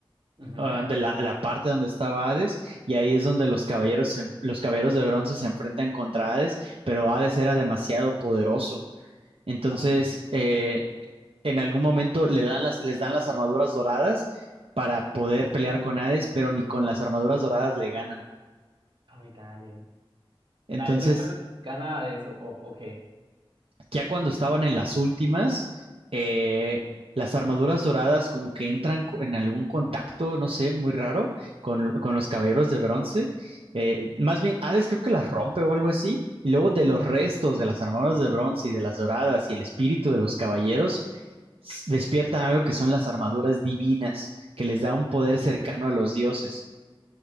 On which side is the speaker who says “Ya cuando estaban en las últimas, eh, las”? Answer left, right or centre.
Right